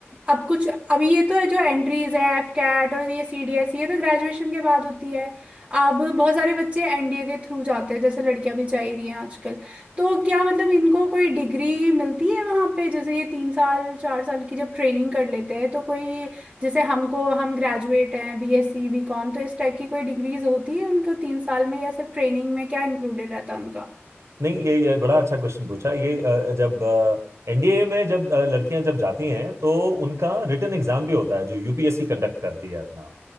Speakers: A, on the right; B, on the right.
A: अब कुछ अभी ये तो जो एंट्रीज है एफ कैट और ये सी डी एस ये तो ग्रेजुएशन के बाद होती है अब बहुत सारे बच्चे एनडीए के थ्रू जाते हैं जैसे लड़कियां भी जा ही रही हैं आजकल तो क्या मतलब इनको कोई डिग्री मिलती है वहां पे जैसे ये तीन साल चार साल की जब ट्रेनिंग कर लेते हैं तो कोई जैसे हमको हम ग्रेजुएट हैं बीएससी बीकॉम तो इस टाइप की कोई डिग्रीज होती है उनको तीन साल में या सिर्फ ट्रेनिंग में क्या इंक्लूडेड रहता है उनका
B: नहीं ये ये बड़ा अच्छा क्वेश्चन पूछा ये अ, जब एनडीए में जब अ, लड़कियां जब जाती हैं तो उनका रिटन एग्जाम भी होता है जो यूपीएससी कंडक्ट करती है अपना